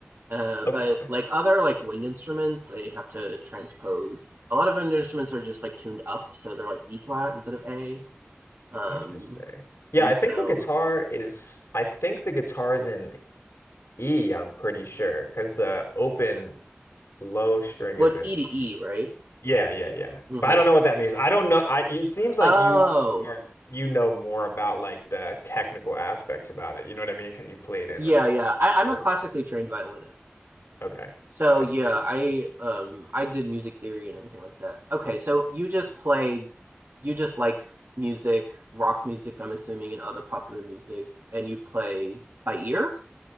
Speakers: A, on the right; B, on the left.
A: Uh,
B: Okay.
A: but like other like wind instruments, they have to transpose. A lot of wind instruments are just like tuned up, so they're like B flat instead of A. Um,
B: Interesting. Yeah,
A: and
B: I
A: so,
B: think the guitar is I think the guitar is in E, I'm pretty sure, because the open low string
A: well,
B: is
A: it's
B: in
A: E to
B: E.
A: E, right?
B: Yeah, yeah, yeah.
A: hmm
B: But I don't know what that means. I don't know. I it seems like
A: Oh,
B: you are you know more about like the technical aspects about it. You know what I mean? Because you played in
A: yeah,
B: a
A: yeah. I, I'm
B: orchestra.
A: a classically trained violinist.
B: Okay.
A: So
B: That's
A: yeah,
B: crazy.
A: I um I did music theory and everything like that. Okay, so you just played you just like music, rock music, I'm assuming, and other popular music, and you play by ear?